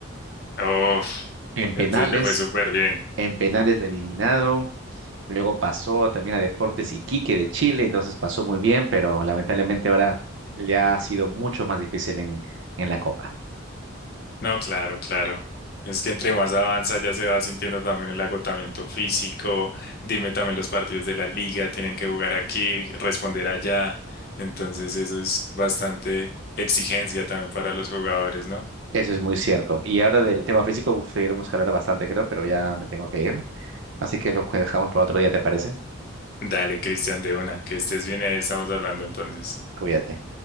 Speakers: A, on the left; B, on the right.
A: Uf,
B: En penales
A: entonces le fue súper bien.
B: En penales lo eliminado. Luego pasó también a Deportes Iquique de Chile, entonces pasó muy bien, pero lamentablemente ahora le ha sido mucho más difícil en, en la Copa.
A: No, claro, claro. Es que entre más avanza ya se va sintiendo también el agotamiento físico. Dime también los partidos de la liga, tienen que jugar aquí, responder allá. Entonces eso es bastante exigencia también para los jugadores, ¿no?
B: Eso es muy cierto. Y ahora del tema físico uf, seguiremos a hablar bastante, creo, pero ya me tengo que ir. Así que lo dejamos para otro día, ¿te parece?
A: Dale, Cristian, de una, que estés bien y ahí estamos hablando entonces.
B: Cuídate.